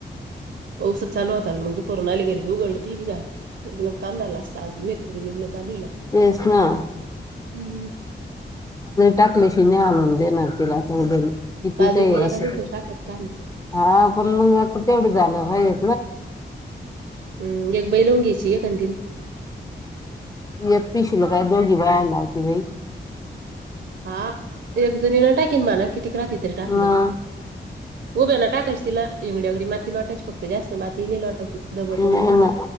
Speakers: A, on the right; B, on the left.
A: पाऊस चालू होता मगु परून आली घरी उघड ती बीघा काम झालं असत आज मेम चालू ला
B: तेच ना
A: हम्म
B: टाकलेशि नाही आलून जाेणारतीलला ते किती
A: बाजरी
B: काय असं
A: एका दिवसाची टाकायचं काम आहे.
B: हा पण मंग आता तेवढी झालं भाय ह
A: हम् जग बई लावून घ्यायची ए कंदन
B: य पिशी ल काय दोघी बाहे लावती भाई
A: हा एक जणी ना टाककीन मा ना कि रात तरी टाकलं
B: मग
A: उभ्या ना टाकायच तिला एंगड अगडी मात तला अटायच प जास्त मातीने लोटाची दबवत
B: नाही ना